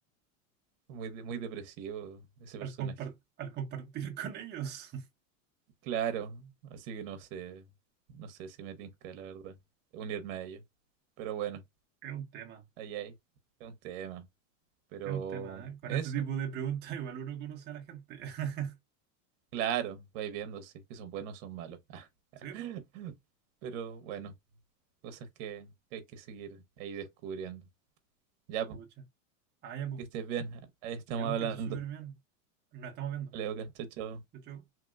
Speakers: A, on the right (about 65°); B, on the right (about 25°).
A: Muy, de- muy depresivo ese personaje.
B: compar- al compartir con ellos. <laughs>
A: Claro, así que no sé, no sé si me tinca, la verdad, unirme a ello. Pero bueno,
B: Es un tema,
A: ahí hay, es un tema. Pero
B: es un tema, ¿eh? Con
A: eso,
B: este tipo de preguntas igual uno conoce a la gente. <laughs>
A: claro, vais viendo si es que son buenos o son malos. <laughs>
B: Sí, po.
A: Pero bueno, cosas que, que hay que seguir ahí descubriendo. Ya, pues.
B: Pucha. Ah, ya, pues.
A: Que estés bien. Ahí estamos
B: Ya, pues
A: hablando.
B: que estés súper bien. Nos estamos viendo.
A: Vale, ok, chao, chao.
B: Chau, chau.